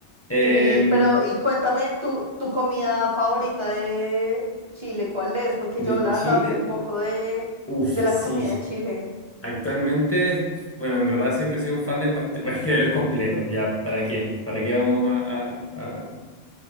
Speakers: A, on the left (about 15°); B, on the right (about 30°).
A: Eh,
B: Sí, pero y cuéntame tu, tu comida favorita de Chile, ¿cuál es? Porque
A: de
B: yo la
A: Chile,
B: verdad sé poco de,
A: uff,
B: de la
A: sí.
B: comida de Chile.
A: Actualmente, bueno, en verdad siempre he sido un fan del pastel, <laughs> bueno, es que de los completos, ya, ¿para qué? ¿Para qué vamos a, a, a-